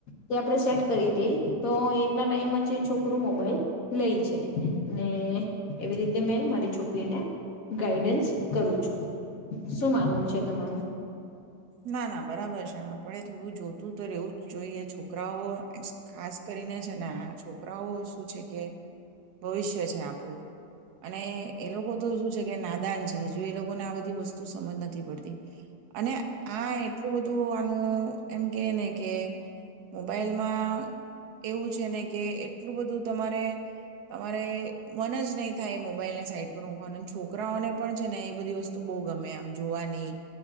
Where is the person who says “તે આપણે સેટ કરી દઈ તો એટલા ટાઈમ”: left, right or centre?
Left